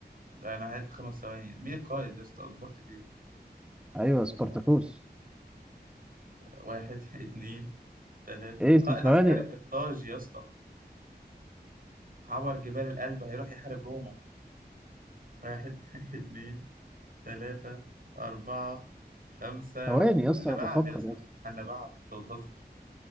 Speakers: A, on the right; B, in the centre.
A: ده أنا هعد خمس ثواني مين القائد يا اسطى أصبرت إيه
B: ايوه سبارتاكوس
A: واحد <laughs> اتنين تلاتة
B: ايه ثواني
A: قائد عسكري قرطاج يا اسطى عبر جبال الألب هيروح يحارب روما واحد <laughs> اتنين تلاتة أربعة خمسة
B: ثواني
A: حنا
B: اصلا
A: بعد
B: بفكر
A: يا اسطى
B: يا اسطى.
A: حنا بعد أنت بتهزر